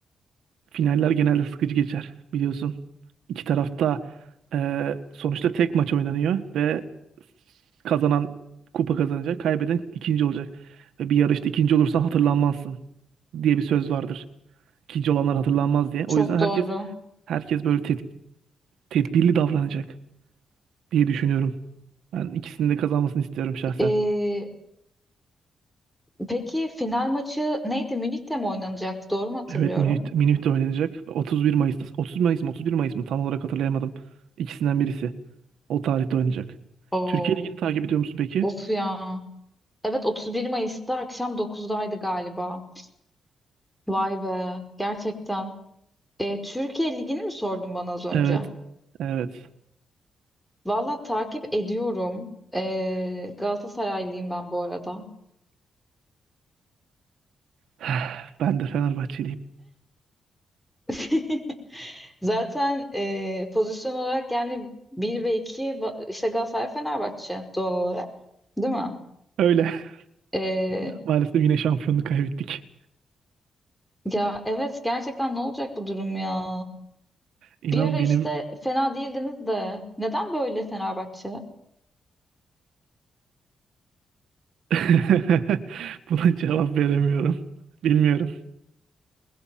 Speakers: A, on the right; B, in the centre.
A: Finaller genelde sıkıcı geçer biliyorsun. İki tarafta e, sonuçta tek maç oynanıyor ve kazanan kupa kazanacak, kaybeden ikinci olacak. Ve bir yarışta ikinci olursan hatırlanmazsın diye bir söz vardır. İkinci olanlar hatırlanmaz diye.
B: çok
A: O yüzden herkes
B: doğru.
A: herkes böyle ted- tedbirli davranacak diye düşünüyorum. Ben ikisinin de kazanmasını istiyorum şahsen.
B: E, Peki final maçı neydi? Münih'te mi oynanacaktı? Doğru mu hatırlıyorum?
A: Evet Minüt, Minüt'te oynanacak. 31 Mayıs'ta. 30 Mayıs mı 31 Mayıs mı tam olarak hatırlayamadım. İkisinden birisi. O tarihte oynanacak.
B: Oo,
A: Türkiye Ligi'ni takip ediyor musun peki?
B: of ya. Evet 31 Mayıs'ta akşam 9'daydı galiba. Vay be gerçekten. E, Türkiye Ligi'ni mi sordun bana az önce?
A: Evet, evet.
B: Valla takip ediyorum. E, Galatasaraylıyım ben bu arada.
A: <sighs> Ben de Fenerbahçeliyim.
B: <laughs> Zaten e, pozisyon olarak yani bir ve 2 va- işte Galatasaray Fenerbahçe doğal olarak değil mi?
A: Öyle.
B: E,
A: <laughs> Maalesef yine şampiyonluğu kaybettik.
B: ya evet gerçekten ne olacak bu durum ya?
A: İnan
B: Bir ara
A: benim
B: işte fena değildiniz de neden böyle Fenerbahçe?
A: <laughs> buna cevap veremiyorum. Bilmiyorum.